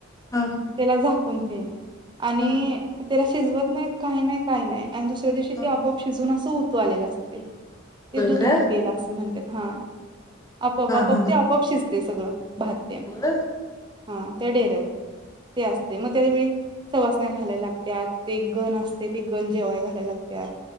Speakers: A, on the left; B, on the right.
A: ह
B: त्याला.... कोणते आणि
A: ह
B: त्याला शिजवत नाहीत काही नाही काही नाही आणि दुसऱ्या दिवशी
A: ह
B: ते आपआप शिजत. च उतू आलेल असतय. ते
A: होय
B: दूध
A: काय
B: उतू गेल असं म्हणत्यात. हा. आपोआप
A: हा
B: आपोआप
A: हा
B: ते आपाप शिज ते सगळं भात तेन
A: होय.
B: हा त्या डेऱ्यात ते असते, म त्याळवेळी सवासण्या घालाय लागत्यात्, ते एक गण असते, ते गण जेवाय घालाय लागत्यात.